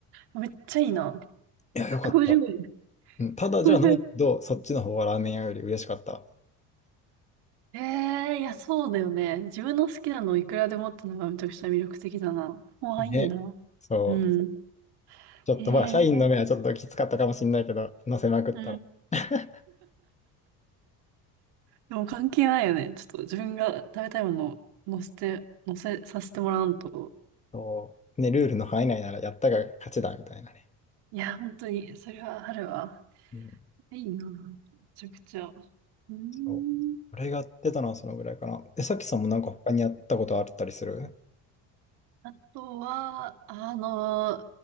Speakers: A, on the right; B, on the left.
A: めっちゃいいな。
B: う、いや、
A: 150円。
B: よかった。
A: 150
B: うん、ただじゃないけど、そっちの方がラーメン屋より嬉しかった。
A: えんえーいや、そうだよね。自分の好きなのをいくらでもってのがめちゃくちゃ魅力的だな。わあ、
B: ね。
A: いいな。
B: そう。
A: うん。
B: ちょっとまあ、
A: へ
B: 社員の目はちょっときつかったかもしれないけど、
A: え
B: 乗せまくったら。
A: うん。
B: <laughs>
A: でも関係ないよね。ちょっと自分が食べたいものを載せて、載せさせてもらわんと。
B: そう。ね、ルールの範囲内ならやったが勝ちだ、みたいなね。
A: いや、本当に、それはあるわ。
B: うん。
A: いいな。めちゃくちゃ。うん。
B: そう。俺がやってたのはそのぐらいかな。え、さきさんもなんか他にやったことあったりする
A: あとは、あの、